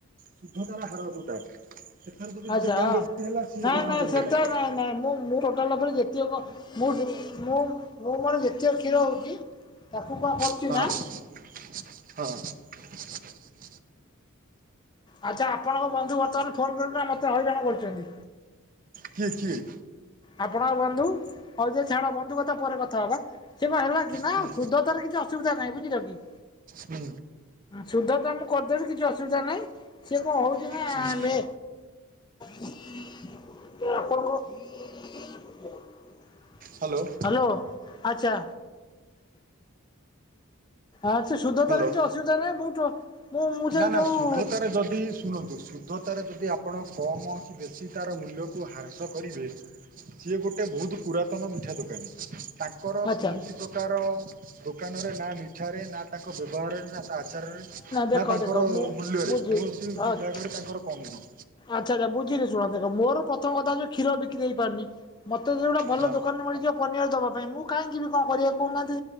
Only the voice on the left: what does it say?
ଆଚ୍ଛା
ନାଇଁ
ନାଇଁ
ସେତା
ନାଇଁ ନାଇଁ ମୁଁ ମୁଁ ଟୋଟାଲ ଉପରେ ଦେ ଖିଥିବା ମୁଁ ମୁଁ ମୁଁ ମୋର ଯେତିକ କ୍ଷୀର ହଉଛି ତାକୁ କଣ କରୁଛି
ନା
ଆଚ୍ଛା ଆପଣଙ୍କ ବନ୍ଧୁ ବର୍ତ୍ତମାନ ଫୋନ କରିବୁ ନାଁ ମତେ ହଇରାଣ କରୁଚନ୍ତି।
ଆପଣଙ୍କ ବନ୍ଧୁ ହଉ ଯେ ଛାଡ ବନ୍ଧୁ କଥା ପରେ କଥା ହବା ସେ କଣ ହେଲା କି? ନାଁ
ସୁଧତାର କିଛି ଅସୁବିଧା ନାହିଁ ବୁଝିଲ କି?
ସୁଧ ତ ମୁଁ ଖୋଜି ଦେବି କିଛି ଅସୁବିଧା ନାହିଁ। ସିଏ କଣ ହଉଛି ନାଁ
ଲେ ସିଏ ଆପଣଙ୍କୁ <inaudible>
ହାଲୋ ଆଚ୍ଛା ଅଚ୍ଛା ସୁଧ
ତାର କିଛି ଅସୁବିଧା ନାହିଁ ମୁଁତ ମୁଁ ମୁଁ ସେ
ଯୋଉ
ଆଚ୍ଛା।
ଦେଖ
ଦେଖ ମୁଁ
ବୁଝି
ହଁ
ଆଚ୍ଛା
ଆଚ୍ଛା ଆଛା ବୁଝିଲି ଶୁଣ ଦେଖ ମୋର ପ୍ରଥମ କଥା ହଉଚି କ୍ଷୀର ବିକ୍ରି ହେଇପାରୁନି। ମୋତେ ଯଦି ଗୋଟେ ଭଲ
ଦୋକାନରେ ମିଳିଯିବ ପନିଆରି ଦେବା ପାଇଁ ମୁଁ କାହିଁକି ଯିବି କଣ କରିବାକୁ କହୁନାହାଁନ୍ତି